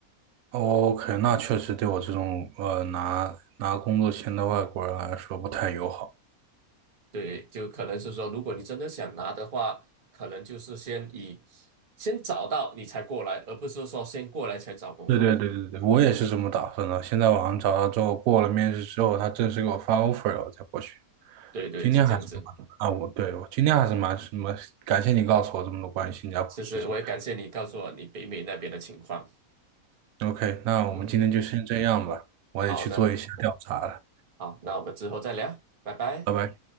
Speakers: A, on the right (about 75°); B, on the right (about 40°).
A: 哦 OK，那确实对我这种呃拿拿工作签的外国人来说不太友好。
B: 对，就可能是说，如果你真的想拿的话，可能就是先以先找到你才过来，而不是说先过来才找工作。
A: 对对对对对，我也是这么打算的。现在网上找到之后，过了面试之后，他正式给我发 offer 了，我再过去。
B: 对对，
A: 今天还是蛮啊，
B: 就这样子。
A: 我对我今天还是蛮什么，感谢你告诉我这么多关于新加坡的事情。
B: 是是，我也感谢你告诉我你北美那边的情况。
A: OK，那我们今天就先这样吧，
B: 嗯哼，
A: 我得去做一下调查了，
B: 好的，好，那我们之后再聊，拜拜。
A: 拜拜。